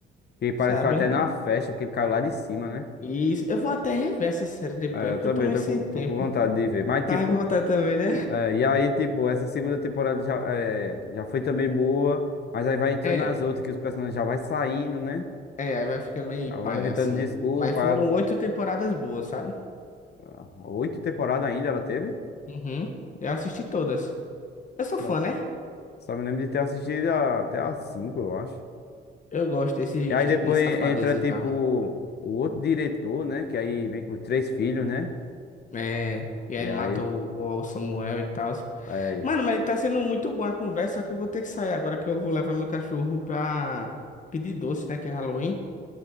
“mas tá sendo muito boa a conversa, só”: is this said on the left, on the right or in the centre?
Left